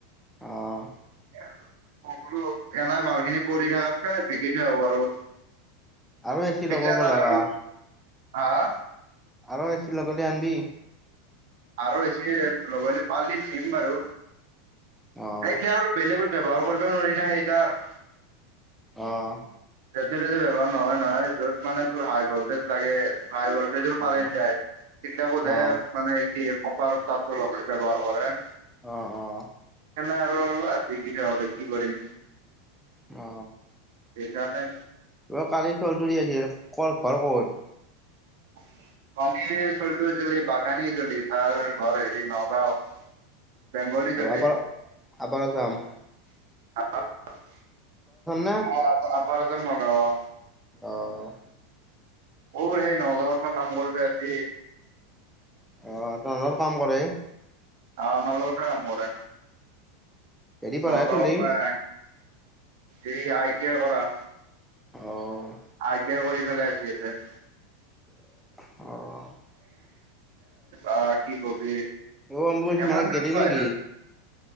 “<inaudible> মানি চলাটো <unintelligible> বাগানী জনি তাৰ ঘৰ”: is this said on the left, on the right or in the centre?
Right